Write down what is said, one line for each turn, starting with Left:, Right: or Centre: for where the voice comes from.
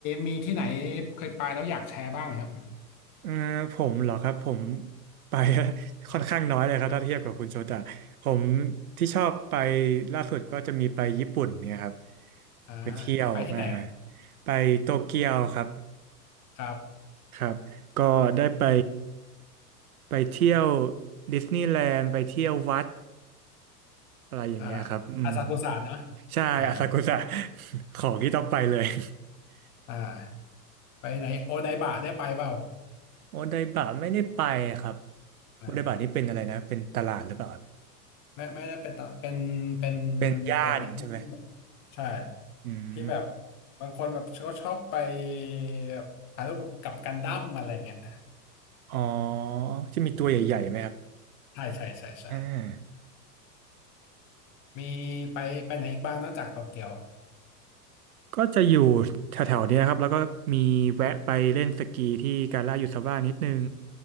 Left: มีที่ไหนเคยไปแล้วอยากแชร์บ้างไหมครับ
Right: เออผมเหรอครับผมไป <laughs> ค่อนข้างน้อยเลยครับถ้าเทียบกับคุณโชตะผมที่ชอบไปล่าสุดก็จะมีไปญี่ปุ่นเนี่ยครับ
Left: อ่า
Right: ไปเที่ยวมา
Left: ไปที่ไหน
Right: ไปโตเกียวครับ
Left: ครับ
Right: ครับก็ได้ไปไปเที่ยวดิสนีย์แลนด์ไปเที่ยววัดอะไรอย่างเงี้ยครับอืม
Left: อ่าอาซากุสะเนอะ
Right: ใช่อาซากุสะ
Left: อ่า
Right: <laughs> ของที่ต้องไปเลย <laughs>
Left: อ่าไปไหนโอไดบะได้ไปเปล่า
Right: โอไดบะไม่ได้ไปครับโอไดบะนี่เป็นอะไรนะเป็นตลาดหรือเปล่าครับ
Left: ไป ไม่ไม่ได้เป็นตลาดเป็นเป็น
Right: เป็นย่านใช่ไหม
Left: ตรงย่านที่แบบใช่
Right: อืม
Left: ที่แบบบางคนแบบเขาชอบไปแบบถ่ายรูปกับกันดั้มอะไรเงี้ย
Right: อ๋อจะมีตัวใหญ่ๆไหมครับ
Left: อืมใช่ใช่ใช่ใช่
Right: อ่า
Left: มีไปไปไหนอีกบ้างนอกจากโตเกียว
Right: ก็จะอยู่แถวๆเนี้ยครับแล้วก็มีแวะไปเล่นสกีที่กาลายูซาว่านิดนึง